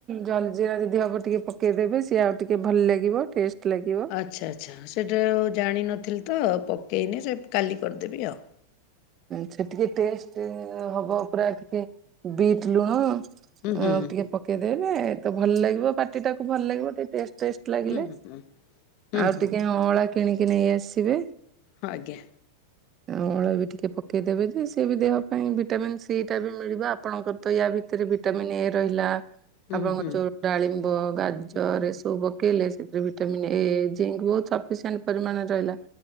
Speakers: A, on the right; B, on the left.
A: ଜଲଜିିରା ଯଦି ହବ ଟିକେ ପ କେ ଦେବେ ସିଏ ଆଉ ଟିକେ ଭଲ ଲାଗିବ ଟେଷ୍ଟ ଲାଗିବ।
B: ଆଚ୍ଛା ଆଚ୍ଛା ସେଇଟା ଆଉ ଜାଣିନଥିଲି ତ ପକେଇନି ସେ କାଲି କରିଦେବି ଆଉ।
A: ସେ ଟିକେ ଟେଷ୍ଟ ହବ ପୁରା ଟିକେ ବିଟ୍ ଲୁଣ ହ
B: ହୁଁ ହୁଁ
A: ଟିକେ ପକେଇଦେବେ ତ ଭଲ ଲାଗିବ ପାଟି ଟାକୁ ଭଲ ଲାଗିବ ଟିକେ ଟେଷ୍ଟ ଟେଷ୍ଟ ଲାଗିଲେ
B: ହୁଁ ହୁଁ ହୁଁ ହୁଁ
A: ଆଉ
B: ହୁଁ
A: ଟିକେ ଅଁଳା କିଣିକି ନେଇ ଆସିବେ।
B: ହଁ ଆଜ୍ଞା।
A: ଅଳାଁ ବି ଟିକେ ପକେଇ ଦେେବେ ଯେ ସିଏ ବି ଦେହ ପାଇଁ ଭିଟାମିନ୍ ସି ଟା ବି ମିଳିବ ଆପଣଙ୍କର ତ ୟା ଭିତରେ ବି ଭିଟାମିନ୍ ଏ ରହିଲା
B: ହୁଁ
A: ଆପଣଙ୍କ
B: ହୁଁ
A: ଯୋଉ ଡାଳିମ୍ବ ଗାଜରରେ
B: ହୁଁ ହୁଁ।
A: ସବୁ ପକେଇଲେ ସେ ଭିଟାମିନ୍ ଏ ଜିଙ୍କ୍ ବହୁତ ସଫିସେଣ୍ଟ ପରିମାଣରେ ରହିଲା